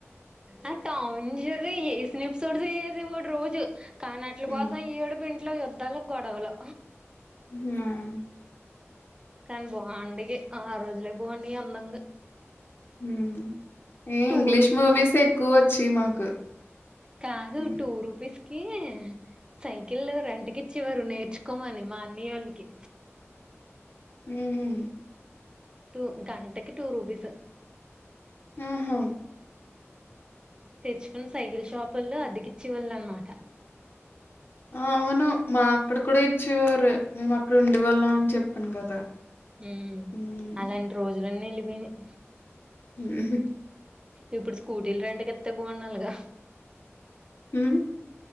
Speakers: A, on the right; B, on the left.
A: ఆ టామ్ అండ్ జెర్రీ వేసిన ఎపిసోడ్స్ వేసే వోడు ఒక రోజు కానీ అట్లు
B: హ్మ్.
A: కోసం ఏడుపింట్లో యుద్ధాల గొడవలు
B: హ్మ్
A: కానీ బాగుండి ఆ రోజులే బాగున్నాయి అందంగా
B: ఉమ్ ఏ
A: టూ
B: ఇంగ్లీష్
A: రూపీస్
B: మూవీస్
A: కి
B: ఎక్కువ వచ్చేయ్ మాకు
A: కాదు
B: హ్మ్.
A: టూ రూపీస్ కి సైకిల్ రెంటకి ఇచ్చేవారు నేర్చుకోమని మా అన్నయోళ్ళకి
B: హ్మ్
A: టూ గంటకి టూ రూపీస్
B: హ్మ్ హు
A: తెచ్చుకుని సైకిల్ షాపుల్లో అద్దకిచ్చివాళ్ళు అనమాట
B: అవును మా అక్క కూడ ఇచ్చేవారు మేము మా ఫ్రెండు అని చెప్పను కదా
A: ఉమ్
B: హ్మ్.
A: అలాంటి రోజులన్నీ వెళ్ళిపోయినాయి
B: ఉహూ
A: ఇప్పుడు స్కూటీలు రెంట్ కి ఇత్త బావున్ను అలాగా
B: ఊమ్